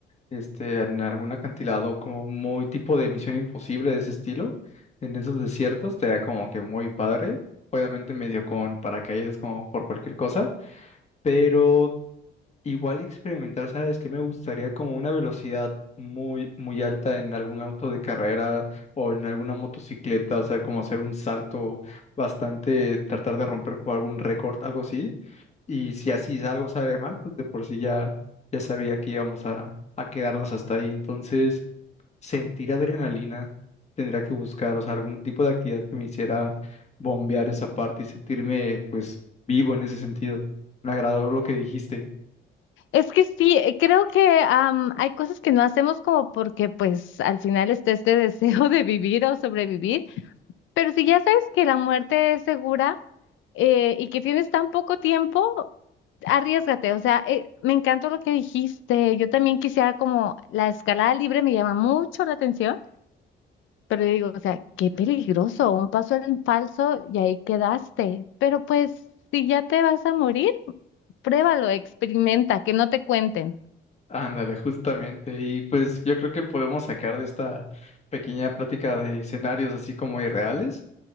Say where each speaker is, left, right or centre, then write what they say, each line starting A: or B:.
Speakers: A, on the left; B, on the left.
A: este, en algún acantilado como muy tipo de Misión Imposible de ese estilo, en esos desiertos, te da como que muy padre. Obviamente medio con paracaídas como por cualquier cosa, pero Igual experimentar, ¿sabes qué? Me gustaría como una velocidad muy, muy alta en algún auto de carrera o en alguna motocicleta, o sea, como hacer un salto bastante, tratar de romper como algún récord, algo así. Y si así algo sale mal, pues de por sí ya, ya sabía que íbamos a, a quedarnos hasta ahí. Entonces, sentir adrenalina tendría que buscar, o sea, algún tipo de actividad que me hiciera bombear esa parte y sentirme, pues, vivo en ese sentido. Me agradó lo que dijiste.
B: Es que sí, eh, creo que am, hay cosas que no hacemos como porque pues al final está este <laughs> deseo de vivir o sobrevivir, pero si ya sabes que la muerte es segura eh, y que tienes tan poco tiempo, arriésgate, o sea, eh, me encantó lo que dijiste, yo también quisiera como la escalada libre me llama mucho la atención, pero yo digo, o sea, qué peligroso, un paso en falso y ahí quedaste, pero pues si ya te vas a morir, pruébalo, experimenta, que no te cuenten.
A: Ándale, justamente. Y pues yo creo que podemos sacar de esta pequeña plática de escenarios así como irreales,